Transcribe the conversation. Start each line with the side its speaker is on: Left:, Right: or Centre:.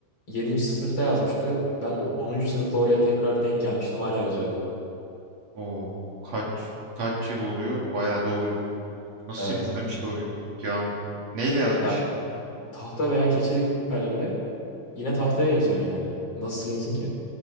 Left: yedinci sınıfta yazmıştı. Ben onuncu sınıfta oraya tekrar denk gelmiştim hala yazıyordu.
Right: Oo. Kaç kaç yıl oluyor? Bayağı da oluyor. Nasıl
Left: Evet.
Right: silinmemiş ki o yağm neyle yazmış?
Left: Ya Tahta veya keçeli kalemle yine tahtaya yazıyorsun yani. Nasıl silinsin ki?